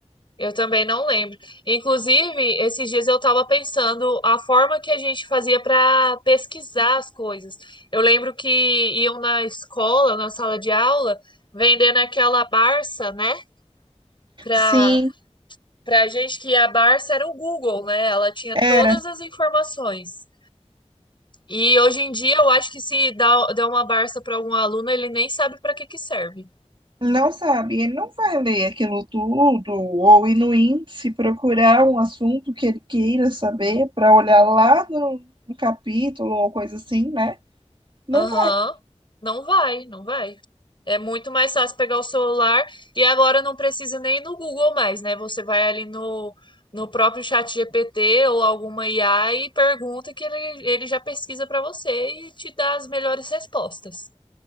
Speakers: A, on the left; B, on the right.
A: Eu também não lembro. Inclusive, esses dias eu estava pensando a forma que a gente fazia para pesquisar as coisas. Eu lembro que iam na escola, na sala de aula, vendendo aquela Barça, né? Para
B: Sim,
A: para gente que a Barça era o Google, né? Ela tinha
B: era.
A: todas as informações. E hoje em dia eu acho que se dá, dá uma Barça para algum aluno, ele nem sabe para que que serve.
B: Não sabe, ele não vai ler aquilo tudo, ou ir no índice procurar um assunto que ele queira saber para olhar lá no, no capítulo ou coisa assim, né? Não
A: Aham.
B: vai.
A: Não vai, não vai. É muito mais fácil pegar o celular e agora não precisa nem ir no Google mais, né? Você vai ali no, no próprio chat GPT ou alguma IA e pergunta que ele, ele já pesquisa para você e te dá as melhores respostas.